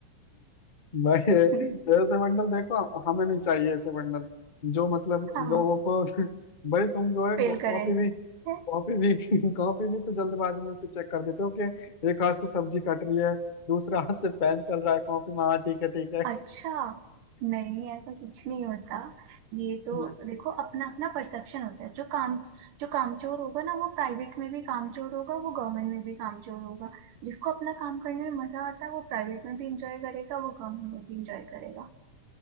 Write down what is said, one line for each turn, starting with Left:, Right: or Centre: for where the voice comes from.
Left: भाई ये-
Right: <laughs>
Left: ऐसे बंडल देखो हमें नहीं चाहिए ऐसे बंडल जो मतलब
Right: हाँ
Left: लोगों को <laughs> भाई तुम जो है
Right: फेल
Left: कॉपी
Right: करे
Left: भी
Right: हैं?
Left: कॉपी भी <laughs> कॉपी भी तो जल्दबाजी में से चेक कर देते हो कि एक हाथ से सब्जी कट रही है दूसरा हाथ से पेन चल रहा है कॉपी में हाँ ठीक है ठीक है
Right: अच्छा नहीं ऐसा कुछ नहीं होता ये तो
Left: <laughs>
Right: देखो अपना अपना परसेप्शन होता है जो काम जो कामचोर होगा ना वो प्राइवेट में भी कामचोर होगा वो गवर्नमेंट में भी कामचोर होगा जिसको अपना काम करने में मजा आता है वो प्राइवेट में भी इंजॉय करेगा वो गवर्नमेंट में भी इंजॉय करेगा